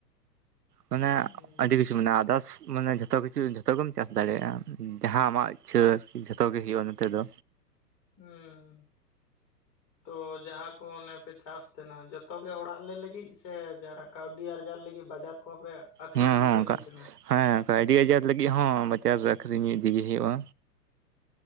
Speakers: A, on the right; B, on the left.
A: ᱢᱟᱱᱮ
B: ᱦᱩᱸ
A: ᱟᱹᱰᱤ ᱠᱤᱪᱷᱩ ᱢᱮᱱᱟᱜᱼᱟ ᱟᱫᱨᱟᱥ ᱢᱟᱱᱮ ᱡᱷᱚᱛᱚ ᱠᱤᱪᱷᱩ ᱡᱷᱚᱛᱚᱜᱮᱢ ᱪᱟᱥ ᱫᱟᱲᱮᱭᱟᱜᱼᱟ᱾ ᱡᱟᱦᱟᱸ ᱟᱢᱟᱜ ᱤᱪᱪᱷᱟᱹ ᱡᱷᱚᱛᱚ ᱜᱮ ᱦᱳᱭᱳᱜᱼᱟ ᱱᱚᱛᱮ ᱫᱚ
B: ᱦᱚᱸ ᱛᱚ ᱡᱟᱦᱟᱸ ᱠᱚ ᱚᱱᱮᱯᱮ ᱪᱟᱥ ᱛᱟᱦᱮᱱᱟ ᱡᱚᱛᱚ ᱜᱮ ᱚᱲᱟᱜ ᱞᱮ ᱞᱟᱹᱜᱤᱫ ᱥᱮ ᱡᱟᱨᱟᱜ ᱠᱟᱹᱣᱰᱤ ᱟᱨᱡᱟᱨ ᱞᱟᱹᱜᱤᱫ ᱵᱟᱡᱟᱨ ᱠᱚᱦᱚᱸ ᱯᱮ ᱟᱠᱷᱨᱤᱧ
A: ᱦᱮᱸ ᱦᱮᱸ
B: ᱞᱟᱹᱜᱤᱫ ᱯᱮ ᱤᱫᱤ
A: ᱚᱱᱠᱟ
B: ᱛᱟᱦᱮᱫᱟ᱾
A: ᱦᱮᱸ ᱠᱟᱹᱣᱰᱤ ᱟᱡᱟᱨ ᱞᱟᱹᱜᱤᱫ ᱦᱚᱸ ᱵᱟᱡᱟᱨ ᱟᱠᱷᱨᱤᱧ ᱤᱫᱤ ᱦᱳᱭᱳᱜᱼᱟ᱾